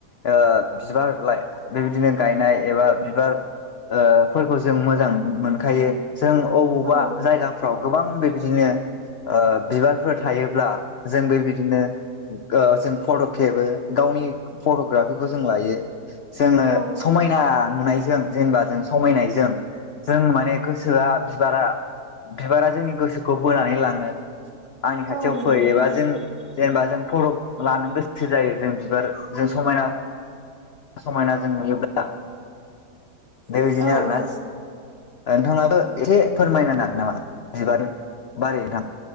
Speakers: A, on the left; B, on the right.
A: ओ बिबार लाय बेबायदिनो गायनाय एबा बिबार ओ फोरखौ जों मोजां मोनखायो जों अबावबा
B: औ
A: जायगाफ्राव गोबां बेबायदिनो ओ बिबारफोर थायोब्ला जों बेबायदिनो ओ जों फट' खेबो गावनि फट'ग्राफिखौ जों लायो जोङो
B: औ
A: समायना नुनायजों जेनेबा जों समायनायजों जों माने गोसोआ बिबारा बिबारा जोंनि गोसोखौ बोनानै लाङो आंनि खाथियाव
B: औ नंगौ
A: फै
B: नंगौ
A: एबा जों जेनेबा जों पत' लानो गोसो जायो जों बिबार जों समायना समायना जों नुयोब्ला बेबायदिनो
B: औ
A: आरोना नोंथाङाबो एसे फोरमायना हागोन नामा बिबारनि बारै नोंथां